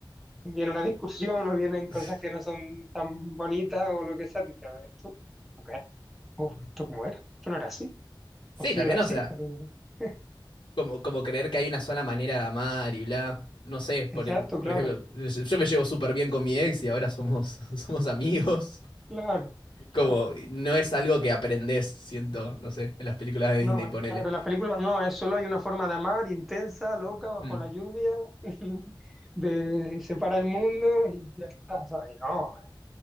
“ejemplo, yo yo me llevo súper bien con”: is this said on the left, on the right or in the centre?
Left